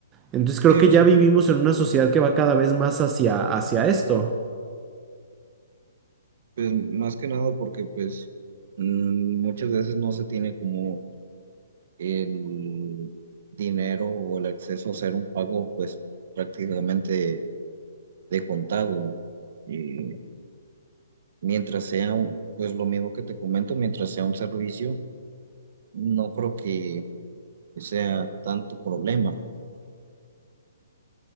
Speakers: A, on the right (about 15°); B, on the right (about 50°).
A: Entonces creo
B: Sí,
A: que
B: o
A: ya
B: sea,
A: vivimos en una sociedad que va cada vez más hacia, hacia esto.
B: Pues más que nada porque pues mm, muchas veces no se tiene como el dinero o el acceso a hacer un pago pues prácticamente de contado. Y mientras sea un- pues lo mismo que te comento, mientras sea un servicio, no creo que sea tanto problema.